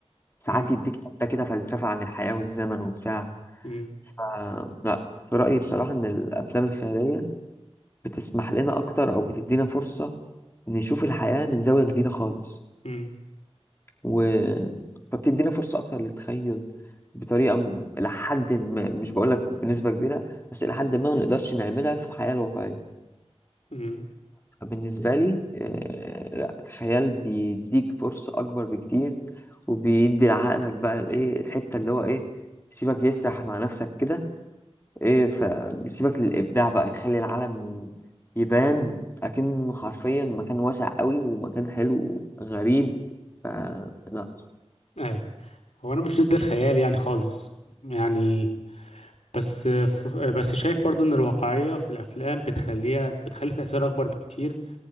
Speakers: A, on the left; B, on the left.
A: ساعات
B: مم.
A: يديك حتى كده فلسفه عن الحياه والزمن وبتاع
B: مم.
A: ف- لا في رايي بصراحه ان الافلام الخياليه بتسمح لنا اكتر او بتدينا فرصه نشوف الحياه من زاويه جديده خالص
B: مم.
A: و... فبتدينا فرصه اكتر للتخيل بطريقه م- لحد ما مش بقول لك بنسبه كبيره بس لحد ما ما نقدرش نعملها في الحياه الواقعيه
B: مم.
A: فبالنسبة لي آه، لا الخيال بيديك فرصة أكبر بكتير وبيدي لعقلك بقى الإيه الحتة اللي هو إيه سيبك يسرح مع نفسك كده إيه فبيسيبك للإبداع بقى يخلي العالم يبان أكنه حرفيا مكان واسع قوي ومكان حلو غريب ف- لا
B: اي هو انا مش ضد الخيال يعني خالص يعني بس ف- بس شايف برضو ان الواقعية في الافلام بتخليها بتخلي تأثير اكبر بكتير